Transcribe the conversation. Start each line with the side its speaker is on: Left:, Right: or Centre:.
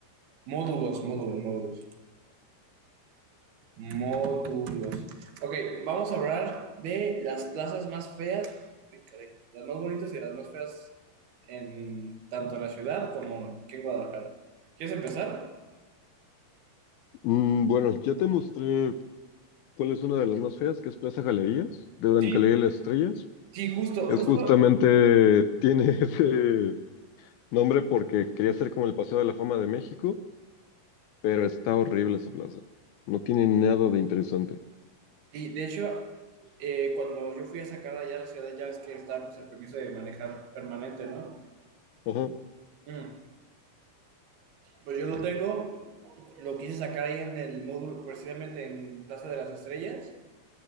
Right: módulos, módulos, módulos. Módulos. Ok, vamos a hablar de las plazas más feas, las más bonitas y las más feas, en, tanto en la ciudad como aquí en Guadalajara. ¿Quieres empezar?
Left: Mm, bueno, ya te mostré cuál es una de las más feas, que es Plaza Galerías, de la
Right: Sí,
Left: Galería de las Estrellas.
Right: sí, justo,
Left: Es
Right: justo.
Left: justamente, tiene <laughs> ese nombre porque quería ser como el Paseo de la Fama de México, pero está horrible esa plaza. No tiene nada de interesante.
Right: Sí, de hecho, eh, cuando yo fui a sacar allá a la ciudad, ya ves que está pues, el permiso de manejar permanente, ¿no?
Left: Ajá.
Right: Mm, Pues yo lo tengo, lo quise sacar ahí en el módulo, precisamente en Plaza de las Estrellas.